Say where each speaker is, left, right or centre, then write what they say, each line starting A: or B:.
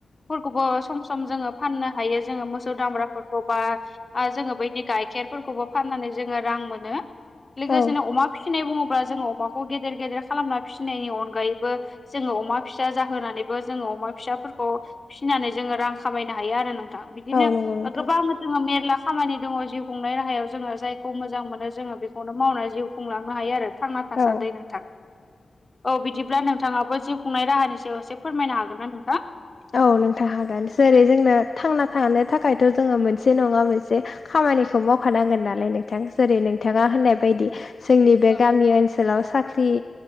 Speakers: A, on the left; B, on the left.
A: फोरखौबो सम सम जोङो फाननो हायो जोङो मोसौ दामब्राफोरखौ बा जोङो बैनि गाइखेरफोरखौबो फाननानै जोङो रां मोनो लोगोसेनो
B: औ
A: अमा फिसिनाय बुङोब्ला जोङो अमाखौ गेदेर गेदेर खालामना फिसि फिनायनि अनगायैबो जोङो अमा फिसा जाहोनानैबो जोङो अमा फिसाफोरखौ फिसिनानै जोङो रां खामायनो हायो आरो नोंथां बिदिनो
B: औ नंगौ नोंथां
A: गोबां जोङो मेरला खामानि दङ जिउ खुंनाय राहायाव जोङो जायखौ मोजां मोनो जोङो बेखौनो मावनानै जिउ खुंलांनो हायो आरो थांना दासान्दि
B: औ
A: नोंथां औ बिदिब्ला नोंथाङाबो जिउ खुंनाय राहानि सायाव एसे फोरमायनो हागोन ना नोंथां
B: औ नोंथां हागोन जेरै जोंनो थांना थानो थाखायथ जोङो मोनसे नङा मोनसे खामानिखौ मावखानांगोन नालाय नोंथां जेरै नोंथाङा होननाय बायदि जोंनि बे
A: औ
B: गामि ओनसोलाव साख्रि